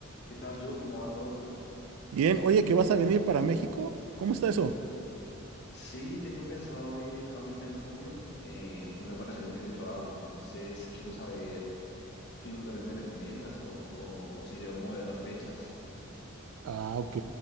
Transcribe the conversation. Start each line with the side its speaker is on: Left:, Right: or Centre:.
Left: ¿Qué tal, yo? ¿Cómo va todo?
Right: Bien, oye, ¿que vas a venir para México? ¿Cómo está eso?
Left: Sí, tengo pensado ir ahorita en julio, eh, en unas vacaciones de mi trabajo, entonces quiero saber qué lugares me recomiendas o, o- o si debo mover las fechas.
Right: Ah, ok.